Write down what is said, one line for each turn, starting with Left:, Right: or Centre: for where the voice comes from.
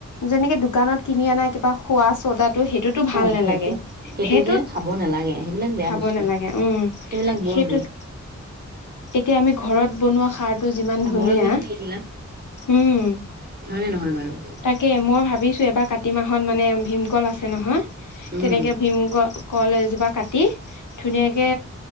Left: যেনেকে দোকানত কিনি অনা কিবা সোৱাচ চদটো সেইটোতো ভাল
Right: অঁ
Left: নালাগে
Right: সেইটো সেইটো
Left: সেইটোত
Right: যে খাব নালাগে সেইবিলাক বেয়া
Left: খাব
Right: বস্তু
Left: নালাগে উম
Right: সেইবিলাক বৰ
Left: সেইটোত
Right: বিষ
Left: এতিয়া আমি ঘৰত বনোৱা সাৰটো যিমান ধুনীয়া
Right: বৰ বিষহে এইবিলাক
Left: হম।
Right: হয়নে নহয় বাৰু
Left: তাকে মই ভাবিছো এবাৰ কাতি মাহত মানে? ভীমকল আছে নহয়
Right: উম,
Left: তেনেকে ভীমকল। কল এজোপা কাটি ধুনীয়াকে